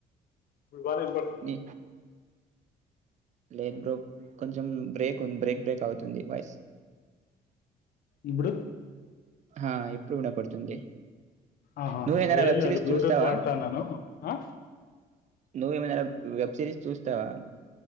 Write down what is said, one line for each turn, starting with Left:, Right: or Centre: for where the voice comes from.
Left: ఇప్పుడు బానే ఇంపడతందా.
Right: నీ లేదు బ్రో కొంచెం బ్రేక్ ఉంది, బ్రేక్ బ్రేక్ అవుతుంది వాయిస్.
Left: ఇప్పుడు
Right: ఆ ఇప్పుడు వినపడుతుంది.
Left: ఆహా
Right: నువ్వేమైనా
Left: లేదు
Right: వెబ్
Left: లేదు
Right: సిరీస్
Left: బ్లూటూత్
Right: చూస్తావా?
Left: వాడతా ఉన్నాను ఆ
Right: నువ్వు ఏమైనా వెబ్ సిరీస్ చూస్తావా.